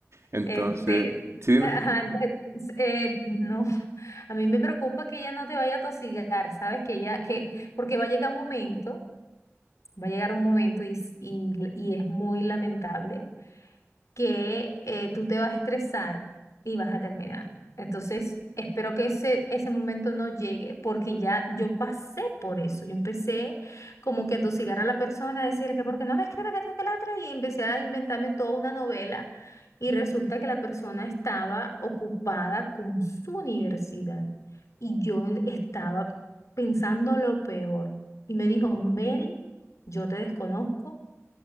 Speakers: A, on the right; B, on the left.
A: Entonces,
B: Este, <laughs>
A: sí, dime.
B: ajá, de- eh, no, <laughs> a mí me preocupa que ella no te vaya a tosigar, ¿sabes? Que ella, que, porque va a llegar un momento, va a llegar un momento y, s- y, y es muy lamentable que eh, tú te vas a estresar y vas a terminar. Entonces, espero que ese, ese momento no llegue, porque ya yo pasé por eso. Yo empecé como que a tosigar a la persona, a decir que porque no me escribe que esto que la otra, y empecé a inventarme toda una novela. Y resulta que la persona estaba ocupada con su universidad y yo en- estaba pensando lo peor. Y me dijo, Mary, yo te desconozco